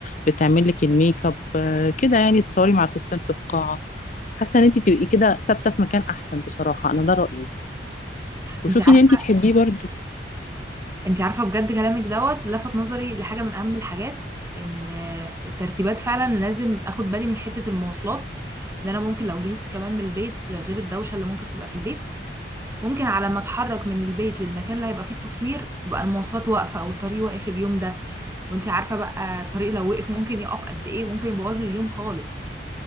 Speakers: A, on the left (about 45°); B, on the right (about 15°).
A: بتعمل لك الميك اب آه، كده يعني تصوري مع الفستان في القاعة حاسه ان انت تبقي كده ثابته في مكان احسن بصراحه انا ده رايي وشوفي
B: انت عارفه
A: ان انت تحبيه برضو
B: انت عارفه بجد كلامك دوت لفت نظري لحاجه من اهم الحاجات ان الترتيبات فعلا لازم اخد بالي من حته المواصلات ان انا ممكن لو جهزت كمان من البيت غير الدوشه اللي ممكن تبقى في البيت ممكن على ما اتحرك من البيت للمكان اللي هيبقى فيه التصوير تبقى المواصلات واقفة او الطريق واقف اليوم ده وانت عارفة بقى الطريق لو وقف ممكن يقف قد ايه ممكن يبوظ لي اليوم خالص